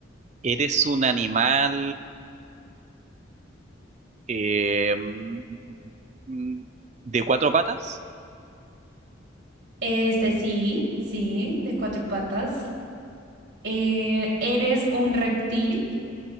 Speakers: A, on the right; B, on the right.
A: ¿eres un animal eh, mm, mm, mm, de cuatro patas?
B: Este, sí, sí, de cuatro patas. Eh, ¿eres un reptil?